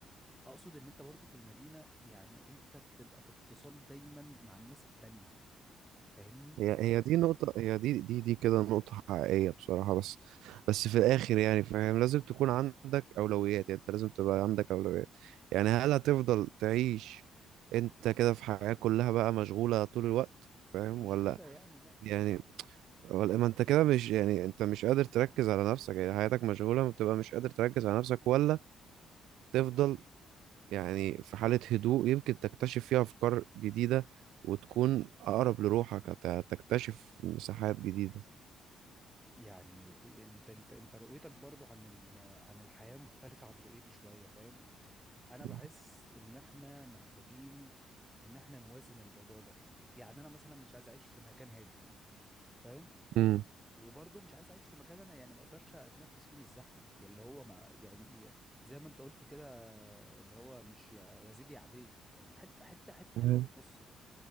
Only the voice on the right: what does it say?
هي
هي
دي نقطة هي دي دي دي كده نقطة حقيقية بصراحة بس بس في الآخر يعني فاهم لازم تكون عندك أولويات يعني أنت لازم تبقى عندك أولويات يعني هل هتفضل تعيش أنت كده في حياة كلها بقى مشغولة طول الوقت فاهم
ولا
يعني
ولا ما أنت كده مش يعني أنت مش قادر تركز على نفسك يعني حياتك مشغولة ما بتبقى مش قادر تركز على نفسك ولا تفضل يعني في حالة هدوء يمكن تكتشف فيها أفكار جديدة وتكون أقرب لروحك هت- هتكتشف مساحات جديدة
مم.
مم.
مم.